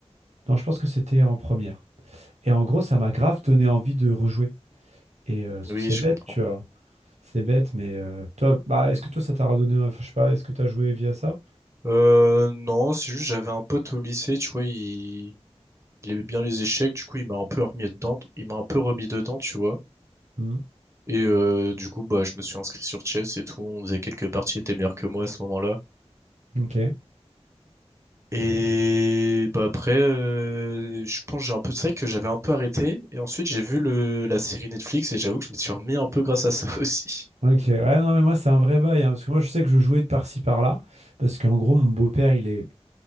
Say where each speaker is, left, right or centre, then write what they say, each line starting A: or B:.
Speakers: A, on the right; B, on the right.
A: Non, je pense que c'était en première. Et en gros, ça m'a grave donné envie de rejouer. Et euh, parce
B: Oui,
A: que c'est
B: je
A: bête,
B: comprends.
A: tu vois. C'est bête, mais euh, toi, bah est-ce que toi ça t'a redonné, un- enfin, je sais pas, est-ce que t'as joué via ça?
B: Euh, non, c'est juste j'avais un pote au lycée, tu vois, il, il aimait bien les échecs, du coup il m'a un peu remis dedans, il m'a un peu remis dedans, tu vois.
A: Hmm,
B: Et euh, du coup, bah, je me suis inscrit sur Chess et tout, on faisait quelques parties, il était meilleur que moi à ce moment-là.
A: Ok.
B: Et bah après, euh, je pense que j'ai un peu, c'est vrai que j'avais un peu arrêté. Et ensuite, j'ai vu le, la série Netflix et j'avoue que je me suis remis un peu grâce à ça <laughs> aussi.
A: Ok. Ouais, non, mais moi c'est un vrai bail, hein, parce que moi je sais que je jouais de par-ci par-là, parce qu'en gros mon beau-père il est,